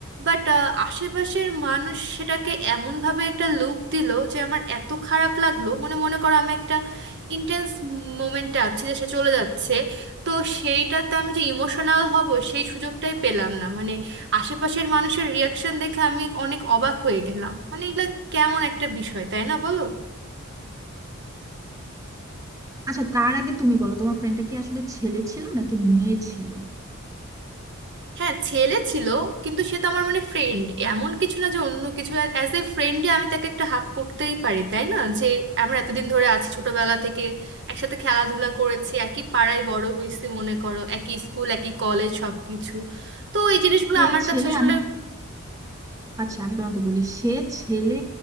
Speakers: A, on the right (about 55°); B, on the right (about 15°).
A: বাট আশেপাশের মানুষ সেটাকে এমনভাবে একটা লুক দিল যে আমার এত খারাপ লাগলো মনে মনে করো আমি একটা ইন্টেন্স মোমেন্টে আছি যে সে চলে যাচ্ছে তো সেইটাতে আমি যে ইমোশনাল হব সেই সুযোগটাই পেলাম না মানে আশেপাশের মানুষের রিয়াকশন দেখে আমি অনেক অবাক হয়ে গেলাম মানে এগুলো কেমন একটা বিষয় তাই না বলো
B: আচ্ছা তার আগে তুমি বলো তোমার ফ্রেন্ডটা কি আসলে ছেলে ছিল নাকি মেয়ে ছিল
A: হ্যাঁ ছেলে ছিল কিন্তু সে তো আমার মানে ফ্রেন্ড এমন কিছু না যে অন্য কিছু অ্যাজ এ ফ্রেন্ডে আমি তাকে একটা হাক করতেই পারি তাই না যে আমরা এতদিন ধরে আছি ছোটবেলা থেকে একসাথে খেলাধুলা করেছি একই পাড়ায় বড় হয়েছি মনে করো একই স্কুল একই কলেজ সবকিছু তো এই জিনিসগুলো
B: সে
A: আমার
B: ছেলে
A: কাছে আসলে
B: আমি আচ্ছা আমি তোমাকে বলি সে ছেলে